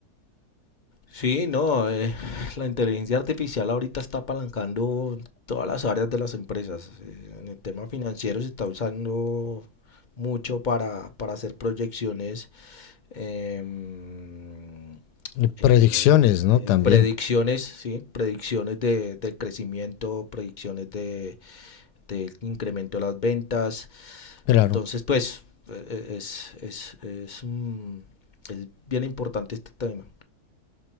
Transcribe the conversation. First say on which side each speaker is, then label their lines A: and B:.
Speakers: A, on the left (about 40°); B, on the left (about 90°).
A: sí, no, eh, la inteligencia artificial ahorita está apalancando todas las áreas de las empresas. Eh, en el tema financiero se está usando mucho para, para hacer proyecciones, em,
B: Y predicciones
A: eh,
B: no
A: eh,
B: también
A: predicciones, ¿sí? Predicciones de, de crecimiento, predicciones de, de incremento de las ventas,
B: claro
A: Entonces, pues, e, e, es, es, es, un- es bien importante este tema.